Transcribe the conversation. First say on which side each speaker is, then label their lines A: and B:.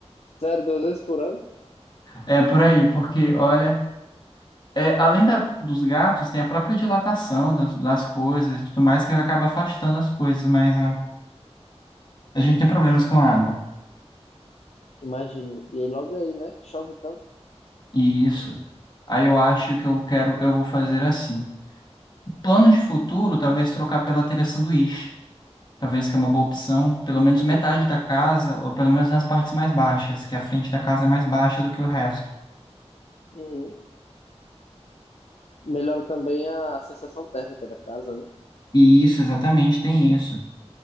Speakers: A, on the left; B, on the left.
A: Sério, duas vezes por ano?
B: É por aí, porque, olha, é, além da- dos gatos, tem a própria dilatação das, das coisas e tudo mais que acaba afastando as coisas, mas a, a gente tem problemas com água.
A: Imagino. E aí logo aí, né? Que chove tanto.
B: E isso. Aí eu acho que eu quero, eu vou fazer assim. Planos de futuro, talvez trocar pela telha sanduíche. Talvez que é uma boa opção. Pelo menos metade
A: Uhum,
B: da casa, ou pelo menos nas partes mais baixas, que a frente da casa é mais baixa do que o resto.
A: uhum. Melhora também a sensação térmica da casa, né?
B: E isso, exatamente, tem isso.